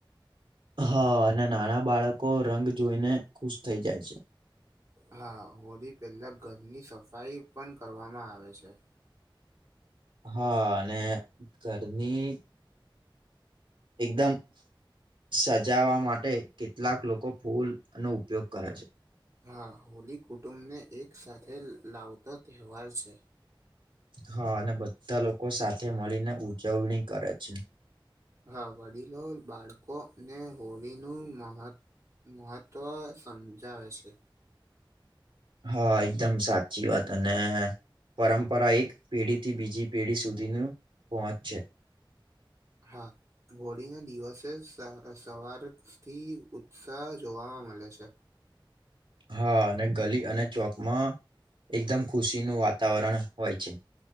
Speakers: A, on the right; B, on the right.
A: હા અને નાના બાળકો રંગ જોઈને ખુશ થઈ જાય છે.
B: હા હોળી પહેલા ઘરની સફાઈ પણ કરવામાં આવે છે.
A: હા અને ઘરની એકદમ સજાવા માટે કેટલાક લોકો ફૂલ નો ઉપયોગ કરે છે.
B: હા હોલી કુટુંબને એક સાથે લાવતો તહેવાર છે.
A: હા અને બધા લોકો સાથે મળીને ઉજવણી કરે છે.
B: હા વડીલો, બાળકોને અને હોળીનું મહત્વ મહત્વ સમજાવે છે.
A: હા એકદમ સાચી વાત અને પરંપરા એક પેઢી થી બીજી પેઢી સુધીનું પહોંચ છે.
B: હા. હોળી ના દિવસે સ સવાર થી ઉત્સાહ જોવાવા મળે છે.
A: હા અને ગલી અને ચોક માં એકદમ ખુશીનું વાતાવરણ હોય છે.